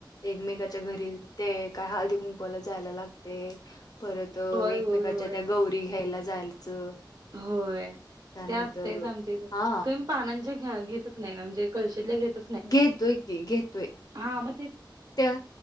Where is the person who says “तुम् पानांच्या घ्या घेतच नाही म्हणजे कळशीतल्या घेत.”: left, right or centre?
Right